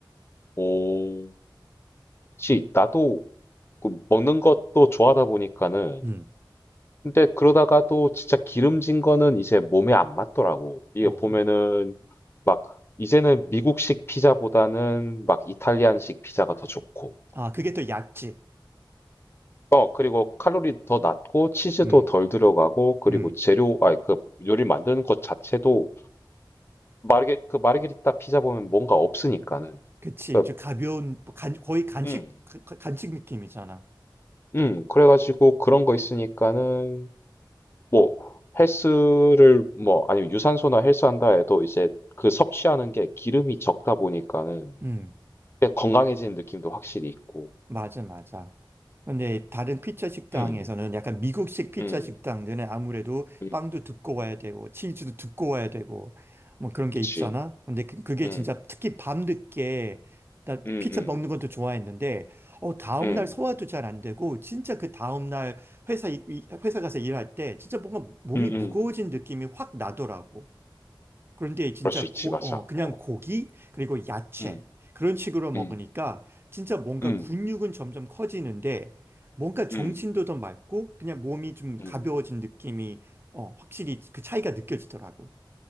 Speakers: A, on the left; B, on the right.
A: 오. 그치. 나도 그 먹는 것도 좋아하다 보니까는
B: 음.
A: 근데 그러다가 또 진짜 기름진 거는 이제 몸에 안 맞더라고. 이게
B: 어.
A: 보면은
B: 음.
A: 막 이제는 미국식 피자보다는 막 이탈리안식 피자가 더 좋고.
B: 아, 그게 또 약지.
A: 어, 그리고 칼로리 더 낮고 치즈도
B: 음,
A: 덜 들어가고 그리고
B: 음,
A: 재료, 아니 그 요리 만드는 것 자체도 마르게 그 마르게리타 피자 보면 뭔가 없으니까는
B: 그치.
A: 그
B: 좀 가벼운, 뭐 간, 거의 간식,
A: 음.
B: 가- 간식 느낌이잖아.
A: 음, 그래가지고 그런 거 있으니까는 뭐 헬스를 뭐 아니면 유산소나 헬스 한다 해도 이제 그 섭취하는 게 기름이 적다 보니까는
B: 음.
A: 꽤 건강해지는 느낌도 확실히 있고
B: 맞아, 맞아. 근데 다른 피자 식당에서는
A: 음,
B: 약간 미국식 피자
A: 음,
B: 식당들은 아무래도
A: 음,
B: 빵도 두꺼워야
A: 음,
B: 되고 치즈도 두꺼워야 되고 뭐 그런 게
A: 그치
B: 있잖아. 근데 그- 그게
A: 음,
B: 진짜 특히 밤늦게 나
A: 음,
B: 피자
A: 음,
B: 먹는 것도 좋아했는데 어 다음날
A: 음,
B: 소화도 잘 안 되고 진짜 그 다음날 회사 이- 이- 회사 가서 일할 때 진짜 뭔가 몸이
A: 음,
B: 무거워진
A: 음,
B: 느낌이 확 나더라고. 그런데 진짜
A: 그럴 수 있지
B: 고,
A: 맞아
B: 어, 그냥
A: 어,
B: 고기, 그리고 야채,
A: 음,
B: 그런 식으로 먹으니까
A: 음,
B: 진짜 뭔가
A: 음,
B: 근육은 점점 커지는데 뭔가 정신도
A: 음,
B: 더 맑고 그냥 몸이 좀
A: 음,
B: 가벼워진 느낌이 어, 확실히 그 차이가 느껴지더라고.